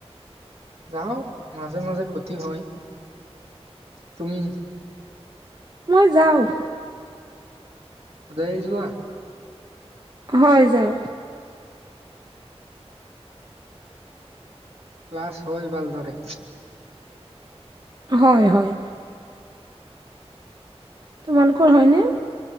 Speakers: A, on the right; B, on the right.
A: যাওঁ মাজে মাজে ক্ষতি হয় তুমি
B: মই যাওঁ
A: সদাই যোৱা
B: হয় যাওঁ
A: ক্লাছ হৈ ভালদৰে
B: হয় হয় তোমালোকৰ হয়নে